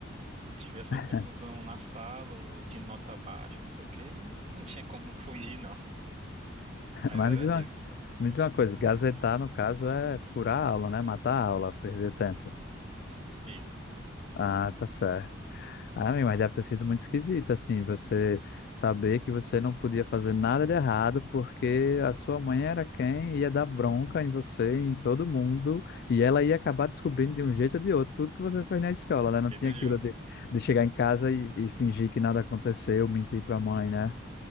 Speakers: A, on the right; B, on the left.
A: tivesse
B: <laughs>
A: uma confusão na sala ou de nota baixa, não sei o quê, não tinha como <laughs> fugir, não. Mas
B: Mas
A: era
B: me diz uma,
A: isso.
B: me diz uma coisa, gazetar, no caso, é furar a aula, né? Matar a aula, perder tempo.
A: Isso.
B: Ah, tá certo. Ah, meu, mas deve ter sido muito esquisito, assim, você saber que você não podia fazer nada de errado porque a sua mãe era quem ia dar bronca em você, em todo mundo, e ela ia acabar descobrindo de um jeito ou de outro tudo que você fez na escola, né?
A: Efeito
B: Não tinha
A: Josa.
B: aquilo de, de chegar em casa e, e fingir que nada aconteceu, mentir pra mãe, né?